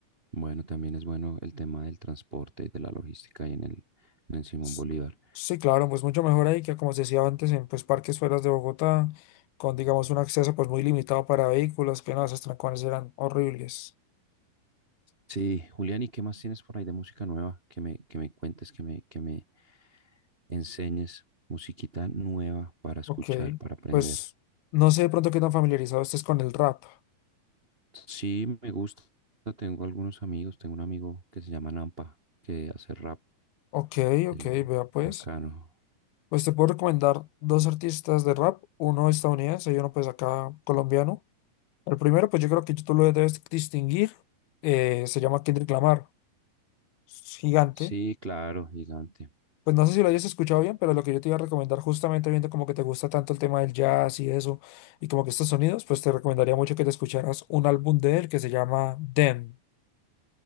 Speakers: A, on the right; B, on the left.
A: Bueno, también es bueno el tema del transporte y de la logística ahí en el, en el Simón
B: S-
A: Bolívar.
B: Sí, claro, pues mucho mejor ahí que, como se decía antes, en pues, parques fuera de Bogotá, con, digamos, un acceso pues muy limitado para vehículos, que no, esos trancones eran horribles.
A: Sí, Julián, ¿y qué más tienes por ahí de música nueva? Que me, que me cuentes, que me, que me enseñes musiquita nueva para escuchar,
B: Ok,
A: para aprender.
B: pues no sé de pronto qué tan familiarizado estés con el rap.
A: Sí, me gusta. Tengo algunos amigos. Tengo un amigo que se llama Nampa, que hace rap.
B: Ok,
A: El
B: ok, vea pues.
A: bacano.
B: Pues te puedo recomendar dos artistas de rap, uno estadounidense y uno pues acá colombiano. El primero, pues yo creo que tú lo debes distinguir, eh, se llama Kendrick Lamar, es gigante.
A: Sí, claro, gigante.
B: Pues no sé si lo hayas escuchado bien, pero lo que yo te iba a recomendar, justamente viendo como que te gusta tanto el tema del jazz y eso, y como que estos sonidos, pues te recomendaría mucho que te escucharas un álbum de él que se llama Them.